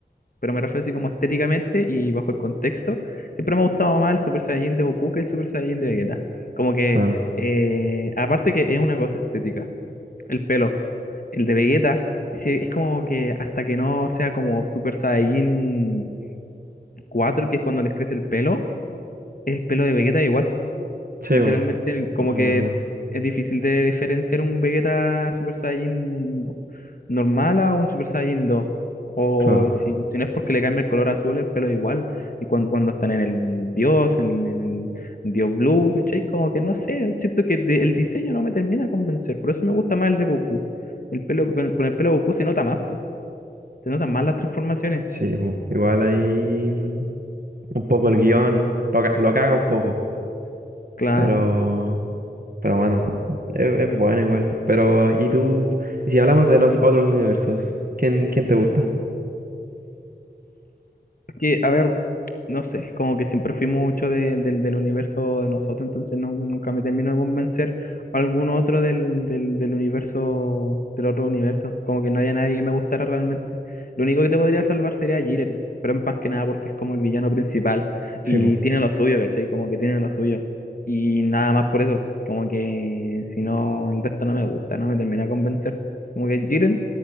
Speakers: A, on the left (about 50°); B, on the right (about 55°).
A: pero me refiero así como estéticamente y bajo el contexto. Siempre me ha gustado más el Super Saiyajin de Goku que el Super Saiyajin de Vegeta. Como que,
B: claro.
A: eh, aparte que es una cosa estética el pelo. El de Vegeta, sí, es como que hasta que no sea como Super Saiyajin cuatro que es cuando les crece el pelo, el pelo de Vegeta igual
B: Sí,
A: Literalmente,
B: po.
A: como
B: Eso
A: que
B: es verdad,
A: es difícil de diferenciar un Vegeta Super Saiyan no- normal a un Super Saiyan 2. O
B: claro.
A: si, si no es porque le cambia el color azul, el pelo igual. Y cuando, cuando están en el Dios, en, en el Dios Blue, ¿cachai? Como que no sé, siento que de- el diseño no me termina de convencer. Por eso me gusta más el de Goku. El pelo, con con el pelo Goku se nota más, po. Se notan más las transformaciones.
B: Sí, po. Igual ahí mm, un poco el guión, lo, ca- lo caga un poco,
A: Claro.
B: pero, pero bueno, es, es bueno igual. Pero, ¿y tú? Y si hablamos de los otros universos, ¿quién, quién te gusta?
A: Que, a ver. no sé, como que siempre fui mucho de- del del universo de nosotros, entonces no- nunca me termino de convencer algún otro del, del, del universo, del otro universo, como que no haya nadie que me gustara realmente. Lo único que te podría salvar sería Jiren, pero más que nada porque es como el villano principal y
B: Sí, po.
A: tiene lo suyo, ¿cachai? Como que tiene lo suyo. Y nada más por eso, como que si no, el resto no me gusta, no me termina de convencer. Como que Jiren,